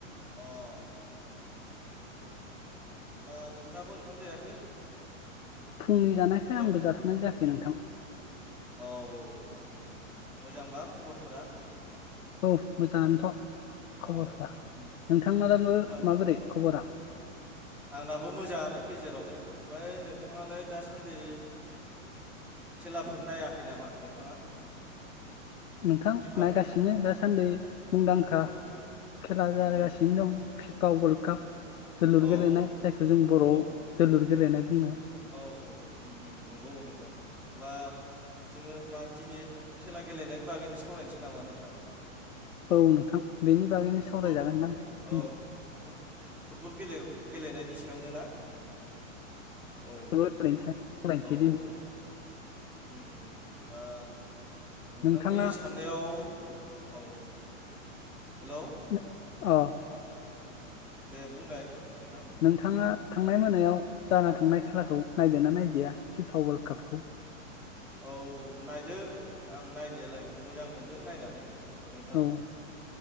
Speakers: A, in the centre; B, on the left.
A: अ उम उम होमबा नोंथाङाबो ओंखाम जायाखै।
B: फुंनि जानायखाय
A: हेलौ
B: आंबो जाथ'नाय जायाखै नोंथां।
A: औ औ उम उम मोजांबा खबरफोरा।
B: औ मोजाङानोथ'
A: औ
B: खबरफ
A: उम
B: नोंथांन दो
A: ओमफाय
B: माबोरै खबरा।
A: आंनाबो मोजाङानो गेजेरावनो ओमफ्राय नोंथाङालाय दासान्दि। खेलाफोर नायाखै नामा नोंथाङा।
B: नोंथां
A: फिफा
B: नायगासिनो दासान्दि मुंदांखा
A: औ
B: खेला जागासिनो
A: उम उम
B: दं। फिफा वर्ल्ड काप जोलुर
A: औ
B: गेलेनाय जायखौ जों बर'आव
A: औ
B: जोलुर गेलेनाय बुङो।
A: औ औ नंगौ नोंथां होमबा। जोङो मा दिनै खेला गेलेनायनि बागैनो सावरायनोसै नामा नोंथां।
B: औ नोंथां बेनि। बागैनो
A: फुटबल
B: सावरायजागोन दां दिनै
A: औ फुट फुटबल गेलेनायनि सायावनो ना। औ
B: फुटबल गेलेनायनि सायाव सावरायनोसै
A: औ
B: दिनै
A: औ। उम उम होमबा नोंथांनि
B: नोंथाङा
A: साननायाव औ। हेलौ
B: नों अ।
A: दे बुंनाय नोंथां।
B: नोंथाङा थांनाय मोनायाव जाना थांनाय खेलाखौ नायदोना नायदिया फिफा वर्ल्ड कापखौ।
A: औ नायदों आं नायनायालाय मोजां मोनदों नायनानै। नोंथां
B: औ